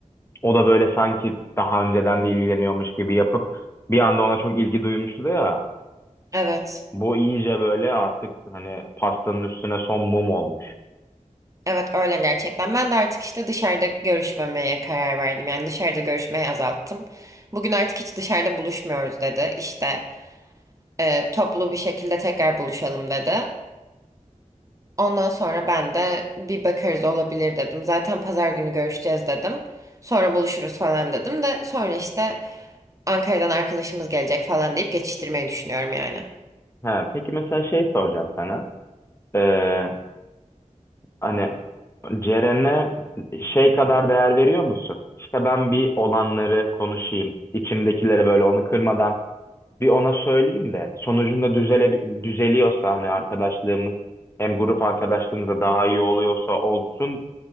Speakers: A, on the left; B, on the right.
A: o da böyle sanki daha önceden de ilgileniyormuş gibi yapıp bir anda ona çok ilgi duymuştu ya.
B: Evet.
A: Bu iyice böyle artık hani pastanın üstüne son mum olmuş.
B: Evet öyle gerçekten. Ben de artık işte dışarıda görüşmemeye karar verdim. Yani dışarıda görüşmeyi azalttım. Bugün artık hiç dışarıda buluşmuyoruz dedi. İşte e, toplu bir şekilde tekrar buluşalım dedi. Ondan sonra ben de bir bakarız olabilir dedim. Zaten pazar günü görüşeceğiz dedim. Sonra buluşuruz falan dedim de sonra işte Ankara'dan arkadaşımız gelecek falan deyip geçiştirmeyi düşünüyorum yani.
A: Ha, peki mesela şey soracağım sana. Ee, hani Ceren'e şey kadar değer veriyor musun? İşte ben bir olanları konuşayım. içimdekileri böyle onu kırmadan bir ona söyleyeyim de sonucunda düzele, düzeliyorsa hani arkadaşlığımız hem grup arkadaşlığımız da daha iyi oluyorsa olsun